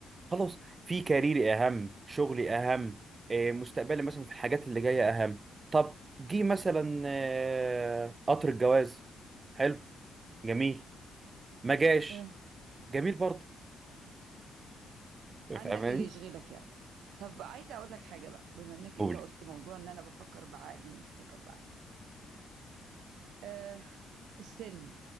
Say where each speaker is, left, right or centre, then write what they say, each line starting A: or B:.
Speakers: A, on the right; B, on the right.
A: خلاص في كاريري اهم شغلي اهم آه، مستقبلي مثلا في الحاجات اللي جايه اهم طب جه مثلا آه، قطر الجواز حلو جميل ما جاش
B: آه،
A: جميل برضه <laughs>
B: عندك
A: فاهماني
B: اللي يشغلك يعني طب عايزه اقول لك حاجه بقى بما انك
A: قولي
B: انت قلت موضوع ان انا بفكر بعقلي مش بفكر بعقلي أه السن